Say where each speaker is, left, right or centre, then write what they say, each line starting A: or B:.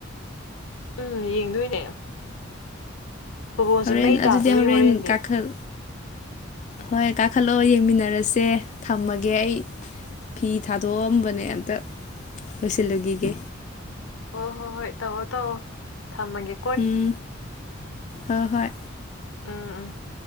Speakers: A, on the left; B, on the left.
A: ꯎꯝ ꯌꯦꯡꯗꯣꯏꯅꯦ ꯐꯨꯠꯕꯣꯜꯁꯦ
B: ꯍꯧꯔꯦꯟ
A: ꯃꯩ ꯇꯥꯗꯣꯔꯤ
B: ꯑꯗꯨꯗꯤ ꯍꯧꯔꯦꯟ
A: ꯍꯣꯔꯦꯟꯗꯤ
B: ꯀꯥꯈꯠ ꯍꯣꯏ ꯀꯥꯈꯠꯂꯛꯑꯣ ꯌꯦꯡꯃꯤꯟꯅꯔꯁꯦ ꯊꯝꯃꯒꯦ ꯑꯩ꯫ ꯐꯤ ꯊꯥꯗꯣꯛꯑꯝꯕꯅꯦ ꯑꯝꯇ ꯂꯣꯏꯁꯤꯜꯂꯨꯈꯤꯒꯦ
A: ꯍꯣ ꯍꯣꯏ ꯍꯣꯏ ꯇꯧꯔꯣ ꯇꯧꯔꯣ ꯊꯝꯃꯒꯦ
B: ꯎꯝ ꯍꯣꯏ ꯍꯣꯏ
A: ꯎꯝ ꯎꯝ